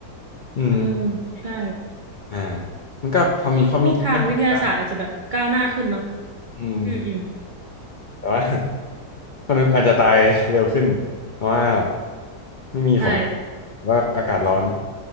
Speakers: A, on the left (about 75°); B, on the right (about 80°).
A: อืม
B: เออใช่
A: อ่ามันก็พอมีข้อมีข้อดีบ้าง
B: พวกทางวิทยาศาสตร์อาจจะแบบก้าวหน้าขึ้นเนาะ
A: อืม
B: อืมอืม
A: แต่ว่า <laughs> มนุษย์อาจจะตายเร็วขึ้นเพราะว่าไม่มีของ
B: ใช่
A: หรือว่าอากาศร้อน